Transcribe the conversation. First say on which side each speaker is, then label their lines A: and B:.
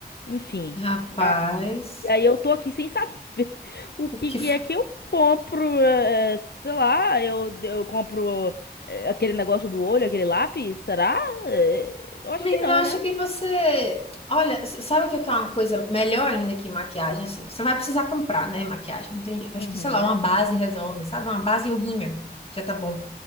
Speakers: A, on the left; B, on the left.
A: enfim.
B: Rapaz,
A: Ah, e aí eu tô aqui sem saber <laughs> o que
B: o que.
A: que
B: fa-
A: é que eu compro, é, sei lá, eu, eu compro é, aquele negócio do olho, aquele lápis, será? É, eu acho
B: Menina,
A: que não,
B: eu acho
A: né?
B: que você. Olha, s- sabe o que é que é uma coisa melhor ainda que maquiagem? Assim, você vai precisar comprar, né? Maquiagem, não tem jeito.
A: Uhum.
B: Acho que, sei lá, uma base resolve, sabe? Uma base e um rímel, já tá bom.